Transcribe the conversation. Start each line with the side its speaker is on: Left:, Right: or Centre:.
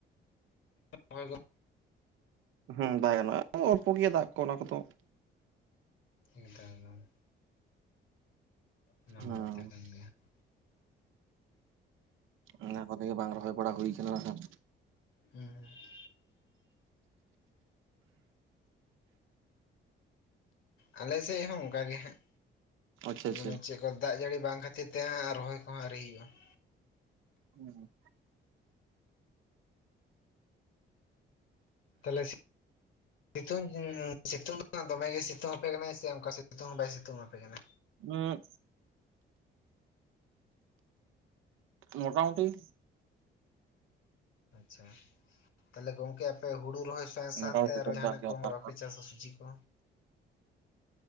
Left: <unintelligible>
Right: ᱦᱮᱸ ᱵᱟᱭ ᱜᱟᱱᱚᱜᱼᱟ ᱚᱞᱯᱚ ᱜᱮᱭᱟ ᱫᱟᱜ ᱠᱚ ᱚᱱᱟ ᱠᱚᱫᱚ ᱾
Left: ᱦᱮᱸ ᱛᱟᱦᱮᱸᱱᱟ ᱾ ᱚᱱᱟᱢᱟ
Right: ᱦᱩᱸ
Left: ᱠᱟᱛᱷᱟ ᱠᱟᱱ ᱜᱮᱭᱟ ᱾
Right: ᱚᱱᱟ ᱠᱚᱛᱮ ᱵᱟᱝ ᱨᱚᱦᱚᱭ ᱵᱚᱲᱟ ᱦᱩᱭ ᱠᱟᱱᱟ ᱠᱷᱟᱱ
Left: ᱦᱩᱸ-ᱦᱩᱸ ᱾ ᱟᱞᱮ ᱥᱮᱜ ᱦᱚᱸ ᱚᱱᱠᱟ ᱜᱮ ᱦᱟᱸᱜ,
Right: ᱟᱪᱪᱷᱟ ᱟᱪᱪᱷᱟ
Left: ᱢᱟᱱᱮ ᱪᱮᱫ ᱫᱟᱜ ᱡᱟᱹᱲᱤ ᱵᱟᱝ ᱠᱷᱟᱹᱛᱤᱨ ᱛᱮ ᱦᱟᱸᱜ ᱟᱨ ᱨᱚᱦᱚᱭ ᱠᱚᱦᱚᱸ ᱟᱹᱣᱨᱤ ᱦᱩᱭᱩᱜᱼᱟ ᱾
Right: ᱦᱩᱸ ᱾
Left: <unintelligible> ᱥᱤᱛᱩᱝ ᱫᱚ ᱦᱟᱸᱜ ᱫᱚᱢᱮᱜ ᱜᱮ ᱥᱤᱛᱩᱝ ᱟᱯᱮ ᱠᱟᱱᱟᱭ ᱥᱮ ᱚᱱᱠᱟ ᱥᱤᱛᱩᱝ ᱦᱚᱸ ᱵᱟᱭ ᱥᱤᱛᱩᱝ ᱟᱯᱮ ᱠᱟᱱᱟ?
Right: ᱩᱸᱜ, ᱢᱳᱴᱟᱢᱩᱴᱤ ᱾
Left: ᱟᱪᱪᱷᱟ, ᱛᱟᱦᱞᱮ ᱜᱚᱝᱠᱮ ᱟᱯᱮ ᱦᱩᱲᱩ ᱨᱚᱦᱚᱭ ᱥᱟᱶ ᱥᱟᱶᱛᱮ
Right: ᱢᱚᱴᱟᱢᱩᱴᱤ ᱥᱤᱛᱩᱝ
Left: ᱟᱨᱚ ᱡᱟᱦᱟᱱᱟᱜ
Right: ᱠᱟᱱ ᱜᱮᱭᱟ
Left: ᱠᱚ ᱵᱟᱯᱮ ᱪᱟᱥᱟ ᱥᱩᱡᱤ ᱠᱚ?